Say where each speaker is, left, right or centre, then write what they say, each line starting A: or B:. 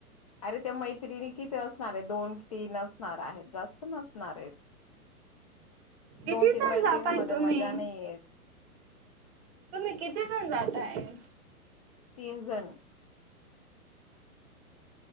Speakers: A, on the left; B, on the right.
A: अरे ते मैत्रिणी किती असणारे दोन तीन असणार आहे जास्ती नसणारेत.
B: किती
A: दोन- तीन
B: जण
A: मैत्रिणी
B: जाताय
A: मध्ये
B: तुम्ही
A: मजा नाही येत.
B: तुम्ही किती जण जाताये?
A: तीनजण